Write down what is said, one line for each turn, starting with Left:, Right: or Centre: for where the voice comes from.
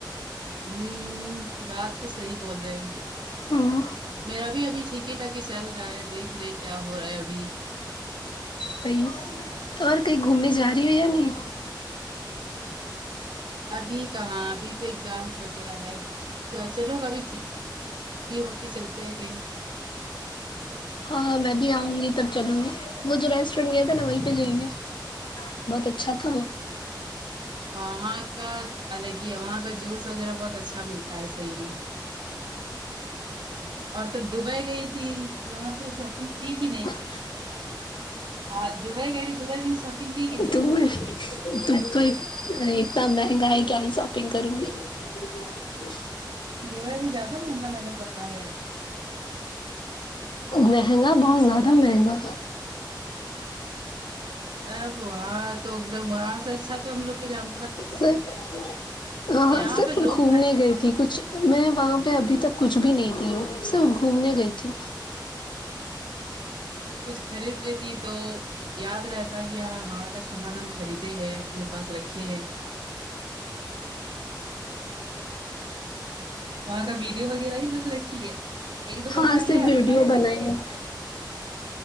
Right: ہوں بات تو صحیح بول رہے ہیں
Left: ہمم
Right: میرا بھی ابھی ٹھیک ٹھاک ہی چل رہا ہے دیکھ رہے کیا ہو رہا ہے ابھی
Left: بئی اور کہیں گھومنے جا رہی ہو یہ نہیں
Right: ابھی کہاں ابھی تو ایگزامس وغیرہ ہے چلو ابھی یہ ہو کے چلتے ہیں کہیں
Left: ہاں ہاں میں بھی آؤں گی تب چلوں گی وہ جو ریسٹورینٹ گیا تھا نا وہیں پہ جائیں گے بہت اچھا تھا وہ
Right: وہاں کا الگ ہی ہے وہاں کا جوس وغیرہ بہت اچھا ملتا ہے صحیح میں اور تب دبئی گئی تھی وہاں پہ شاپنگ کی کی نہیں
Left: ج
Right: ا ہاں دبئی گئی دبئی مین شاپنگ کی کی نہیں
Left: دور دبئی ارے اتنا مہنگا ہے کیا ہی شاپنگ کروں گی ج
Right: دبئی میں بھی زیادہ مہنگا مہنگا کپڑا ہے
Left: مہنگا بہت زیادہ مہنگا
Right: ابواں تو ایک دم وہاں سے اچھا تو ہم لوگ کے جام
Left: صرف ہاں
Right: یہاں
Left: صرف
Right: پہ لو
Left: گھومنے
Right: پرائس
Left: گئے تھی تھی کچھ میں وہاں پہ ابھی تک کچھ بھی نہیں کی ہوں صرف گھومنے گئی تھی
Right: کچھ خرید لیتی تو یاد رہتا کہ ہاں وہاں کا سامان ہم خریدے ہیں اپنے پاس رکھے ہیں وہاں کا ویڈیو وغیرہ ہی بس رکھی ہے ایک دو کپڑا
Left: ہاں صرف
Right: لے آتی
Left: ویڈیو
Right: نا خرید
Left: بنائی
Right: کے
Left: ہوں